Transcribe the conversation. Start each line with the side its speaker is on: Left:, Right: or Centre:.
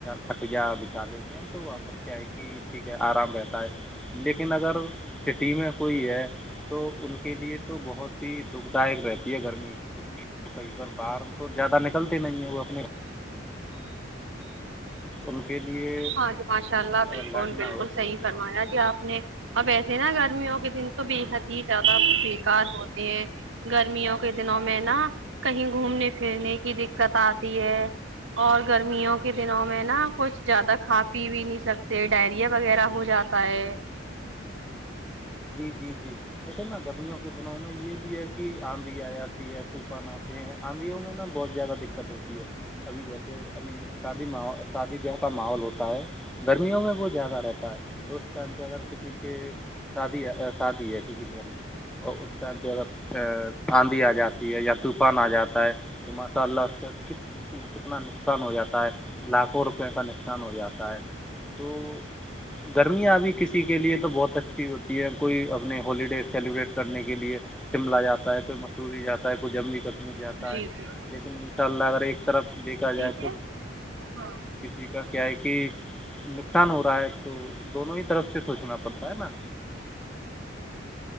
Centre: کھٹیاں بچا لیتے م تو وہاں پر کیا ہے کہ ٹھیک ہے آرام رہتا ہے لیکن اگر سٹی میں کوئی ہے تو ان کے لیے تو بہت ہی دکھ دائک رہتی ہے گرمی کہیں پر باہر تو زیادہ نکلتے نہیں ہے وہ اپنے ان کے لیے
Right: ہاں جی ماشاء اللہ
Centre: اگر
Right: بالکل
Centre: لائٹ نہ
Right: بالکل
Centre: ہو
Right: صحیح
Centre: تو
Right: فرمایا جی آپ نے اب ایسے نا گرمیوں کے دن تو بےحد ہی زیادہ بےیکار ہوتے ہیں <inaudible> گرمیوں کے دنوں میں نا کہیں گھومنے پھرنے کی دقت آتی ہے اور گرمیوں کے دنوں میں نا کچھ زیادہ کھا پی بھی نہیں سکتے ڈائریا وغیرہ ہو جاتا ہے
Centre: جی جی جی ویسے نہ گمیا <unintelligible> دنوں میں یہ بھی ہے کہ آندھی آ جاتی ہے طوفان آتے ہیں آدھیوں میں نا بہت زیادہ دقت ہوتی ہے ابھی جیسے ابھی شادی ماول شادی بیاہ کا ماحول ہوتا ہے گرمیوں میں وہ زیادہ رہتا ہے تو اس ٹائم پہ اگر کسی کے شادی ہے شادی ہے کسی کے گھر میں اور اس ٹائم پہ اگر ا آندھی آ جاتی ہے یا طوفان آ جاتا ہے تو ماشاء اللہ اس کا کس کتنا نقصان ہو جاتا ہے لاکھوں روپئے کا نقصان ہو جاتا ہے تو گرمیاں ابھی کسی کے لیے تو بہت اچھی ہوتی کوئی اپنے ہالیڈے سیلیبریٹ کرنے کے لیے شملہ جاتا ہے کوئی مسوری جاتا کو جم بھی کا پچ جاتا
Right: جی
Centre: ہے
Right: جی
Centre: لیکن ان شاء اللہ اگر ایک طرف دیکھا
Right: ٹھیک
Centre: جائے تو
Right: ہے ہاں
Centre: کسی کا کیا ہے کہ نقصان ہو رہا ہے تو دونوں ہی طرف سے سوچنا پڑتا ہے نا